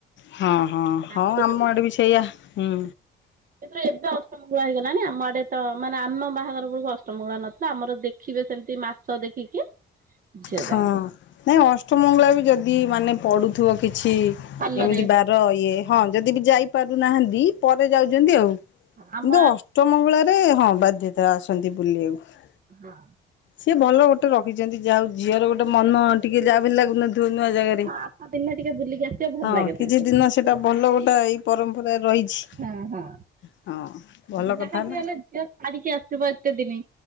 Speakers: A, on the left; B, on the right.
A: ହଁ ହଁ
B: ତାପରେ
A: ହଁ ଆମ
B: ତମେ
A: ଆଡ଼େ ବି ସେଇଆ ହୁଁ।
B: କିନ୍ତୁ ଏବେ ଅଷ୍ଟମ ମଙ୍ଗୁଳା ହେଇଗଲାଣି, ଆମ ଆଡେ ତ ମାନେ ଆମ ବାହାଘର ବେଳକୁ ଅଷ୍ଟମଗୁଳା ନଥିଲା। ଲା ଆମର ଦେଖିବେ ସେମିତି ମାସ ଦେଖିକି। ଝିଅ
A: ହଁ
B: ଯାଆନ୍ତି
A: ନାଇଁ ଅଷ୍ଟମଙ୍ଗଳା ବି ଯଦି ମାନେ ପଡ଼ୁଥିବ କିଛି।
B: ଭଲରେ
A: ଏମିତି ବାର ଇଏ, ହଁ ଯଦି ବି ଯାଇ ପାରୁନାହାନ୍ତି ପରେ ଯାଉଛନ୍ତି ଆଉ।
B: ଆମ
A: କିନ୍ତୁ ଅଷ୍ଟମଙ୍ଗୁଳାରେ ହଁ ବାଧ୍ୟତା ଆସନ୍ତି ବୁଲିବାକୁ।
B: ହଁ।
A: ସିଏ ଭଲ ଗୋଟେ ରଖିଛନ୍ତି, ଯାହା ହଉ ଝିଅର ଗୋଟେ ମନ ଟିକେ ଯାହା ଭି ହେଲେ ଲାଗୁନ ଥିବ ନୂଆ ଜାଗାରେ,
B: ଆଠ ଦିନରେ ଟିକେ ବୁଲିକି ଆସିବ ଭଲ
A: ହଁ
B: ଲାଗେ
A: କିଛି
B: ତାଙ୍କୁ
A: ଦିନ ସେଟା ଭଲ ଗୋଟେ ଏଇ ପରମ୍ପରା ରହିଛି।
B: ହଁ ହଁ।
A: ହଁ। ଭଲ
B: ଯାହା
A: କଥା
B: ବି
A: ନା
B: ହେଲେ ଝିଅ ଛାଡ଼ିକି ଆସିବ ଏତେ ଦିନି